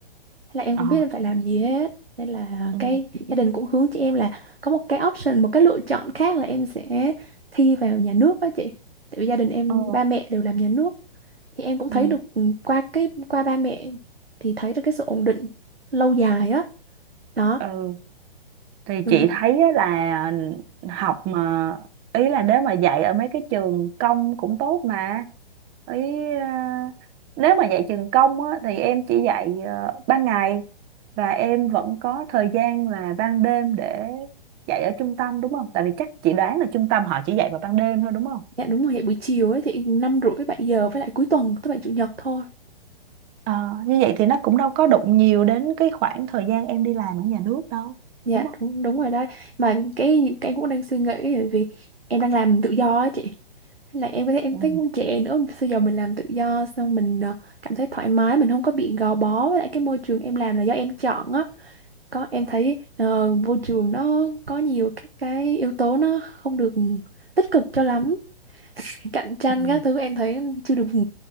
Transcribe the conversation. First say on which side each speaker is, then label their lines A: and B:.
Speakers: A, on the right; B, on the right.
A: Thế là em
B: Ờ.
A: không biết em phải làm gì hết nên là
B: Ừ.
A: cái gia đình cũng hướng cho em là có một cái option một cái lựa chọn khác là em sẽ thi vào nhà nước đó chị tại vì gia đình em
B: Ờ.
A: ba mẹ đều làm nhà nước thì em cũng
B: Ừ.
A: thấy được ừ, qua cái qua ba mẹ thì thấy được cái sự ổn định lâu dài á đó
B: Ừ. thì
A: Ừ,
B: chị thấy á là học mà ý là nếu mà dạy ở mấy cái trường công cũng tốt mà ý à, nếu mà dạy trường công á thì em chỉ dạy ờ, ban ngày và em vẫn có thời gian là ban đêm để dạy ở trung tâm đúng không? Tại vì chắc chị đoán là trung tâm họ chỉ dạy vào ban đêm thôi đúng không?
A: dạ đúng rồi hiện buổi chiều ấy thì năm rưỡi bảy giờ
B: Ừ.
A: với lại cuối tuần thứ bảy chủ nhật thôi
B: Ờ, như vậy thì nó cũng đâu có đụng nhiều đến cái khoảng thời gian em đi làm ở nhà nước đâu,
A: Dạ
B: đúng không?
A: đúng đúng rồi đó mà cái cái cũng đang suy nghĩ bởi vì em đang làm tự do á chị là em thấy em
B: Ừ.
A: thấy cũng trẻ nữa bây giờ mình làm tự do xong mình ờ, cảm thấy thoải mái mình không có bị gò bó với lại cái môi trường em làm là do em chọn á có em thấy ờ, môi trường nó có nhiều các cái yếu tố nó không được tích cực cho lắm cạnh tranh
B: Ừ.
A: các thứ em thấy chưa được ừ,